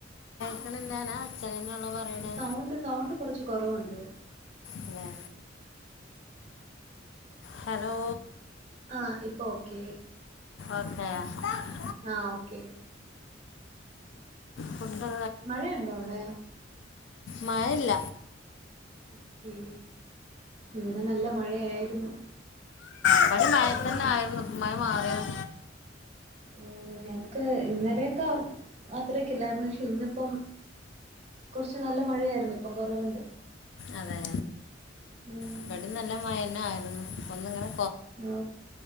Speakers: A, on the left (about 75°); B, on the right (about 35°).
A: <unintelligible> പറയണേ
B: സൗണ്ട് സൗണ്ട് കൊർച്ച് കൊറവുണ്ട്
A: അല്ലേ ഹലോ
B: ആ ഇപ്പ ഓക്കെ
A: ഒക്കെ ആയോ
B: ആ ഓക്കെ
A: ഫുഡൊക്കെ
B: മഴയുണ്ടോ അവിടെ
A: മഴല്ല
B: ഓക്കേ ഇവിടെ നല്ല മഴയായിരുന്നു
A: ഇബടിം മയ തന്നായിരുന്നു ഇപ്പൊ മയ മാറിയതാ
B: ഉം ഞങ്ങക്ക് ഇന്നലെയൊക്കെ അത്രക്കില്ലായിരുന്നു പക്ഷെ ഇന്നിപ്പം കുറച്ച് നല്ല മഴയായിരുന്നു ഇപ്പം കൊറവുണ്ട്
A: അതെ
B: ഉം
A: ഇബടിം നല്ല മഴന്ന ആയിരുന്നു ഒന്ന്ങ്ങനെ
B: ആ